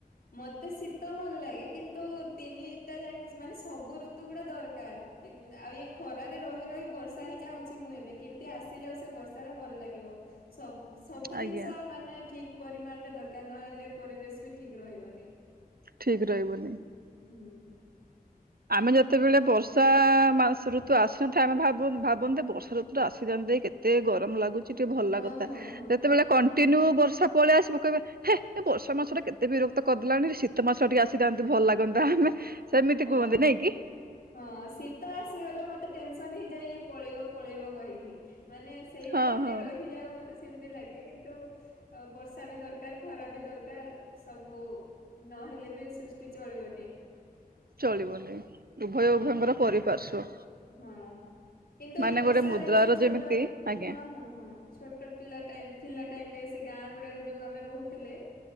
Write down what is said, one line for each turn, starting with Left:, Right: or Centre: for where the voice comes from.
Left: ମତେ ଶୀତ ଭଲ ଲାଗେ କିନ୍ତୁ ତିନିଟା ଯାକ ମାନେ ସବୁ ଋତୁ ଗୁଡା ଦରକାର। ଆଉ ଖରାରେ ରହି ରହି ବର୍ଷା ହିଁ ଚାହୁଁଛି ମୁଁ ଏବେ କେମିତି ଆସିଯାଉ ସେ ବର୍ଷା ଟା ଭଲ ଲାଗିବ। ସବ ସବୁ ଜିନିଷ
Right: ଆଜ୍ଞା
Left: ମାନେ ଠିକ୍ ପରିମାଣରେ ଦରକାର ନହେଲେ ପରିବେଶ ବି ଠିକ୍ ରହିବନି।
Right: ଠିକ ରହିବନି।
Left: ହୁଁ।
Right: ଆମେ ଯେତେବେଳେ ବର୍ଷା ମାସ ଋତୁ ଆସିନଥାଏ ଆମେ ଭାବନ୍ତେ ବର୍ଷା ଋତୁ ଆସିଯାନ୍ତା କି। କେତେ ଗରମ ଲାଗୁଛି। ସେ ଟିକେ ଭଲ
Left: ହଁ
Right: ଲାଗନ୍ତା
Left: ହଁ ହଁ
Right: ଯେତେବେଳେ କଣ୍ଟିନ୍ୟୁ ବର୍ଷା ପଳେଇ ଆସିବ ହେ ବର୍ଷା ମାସଟା କେତେ ଏତେ ବିରକ୍ତ କରିଦେଲାଣି ଶୀତ ମାସ ଟିକେ ଆସିଯାନ୍ତା ଭଲ ଲାଗନ୍ତା ଆମେ ସେମିତି
Left: ହଁ।
Right: କୁହନ୍ତି ନାଇଁ କି
Left: ହଁ ଶୀତ ଆସିଗଲେ ମତେ ଟେନସନ ହେଇଯାଏ ଇଏ ପଳେଇବ ପଳେଇବ କହିକି ମାନେ ସେଇଟା
Right: ହଁ
Left: ଖାଲି
Right: ହଁ
Left: ରହିଯାଉ ମତେ ସେମିତି ଲାଗେ କିନ୍ତୁ ଅ ବର୍ଷା ବି ଦରକାର ଖରା ବି ଦରକାର ସବୁ ନହେଲେ ବି ସୃଷ୍ଟି ଚଳିବନି।
Right: ଚଳିବନି ଉଭୟ
Left: ହଁ
Right: ଉଭୟଙ୍କର ପରିପାର୍ଶ୍ଵ
Left: ହଁ କିନ୍ତୁ
Right: ମାନେ
Left: ଏ ବର୍ଷାରେ
Right: ଗୋଟେ ମୁଦ୍ରାର
Left: ସେ ଛୋଟ
Right: ଯେମିତି ଆଜ୍ଞା
Left: ହଁ ହଁ ହଁ। ଛୋଟ ଥିଲା ଟାଇମ ଥିଲା ଟାଇମରେ ସେ ଗାଁ ଗୁଡାରେ ଯୋଉ ଆମେ ରହୁଥିଲେ।